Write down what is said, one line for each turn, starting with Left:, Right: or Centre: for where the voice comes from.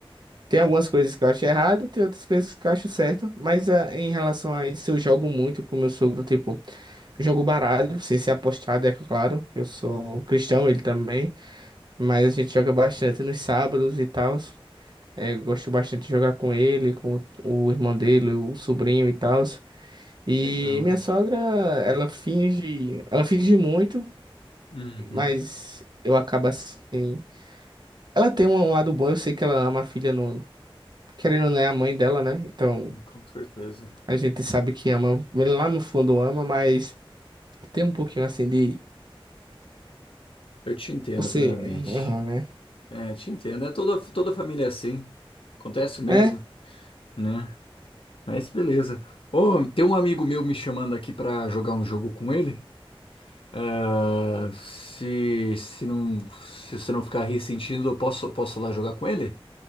Right: tem algumas coisas que eu acho errado, tem outras coisas que eu acho certo. Mas ah, em relação a isso, eu jogo muito com meu sogro, tipo, jogo baralho, sem ser apostado, é claro, que eu sou
Left: Uhum.
Right: cristão, ele também, mas a gente joga bastante nos sábados e tal. gosto bastante de jogar com ele, com o irmão dele, o sobrinho e tal. E
Left: Legal.
Right: minha sogra, ela finge, ela finge muito,
Left: Uhum.
Right: mas eu acabo assim. Ela tem um lado bom, eu sei que ela ama a filha não, querendo ou não é a mãe dela, né? Então,
Left: Com certeza.
Right: a gente sabe que ama, lá no fundo ama, mas tem um pouquinho assim de
Left: Eu te entendo
Right: você,
Left: plenamente.
Right: aham, né?
Left: É, te entendo. É toda, toda família é assim. Acontece o mesmo,
Right: É,
Left: né? Mas beleza. Ô, tem um amigo meu me chamando aqui pra jogar um jogo com ele. Ah, se, se não, se você não ficar ressentindo, eu posso, posso lá jogar com ele?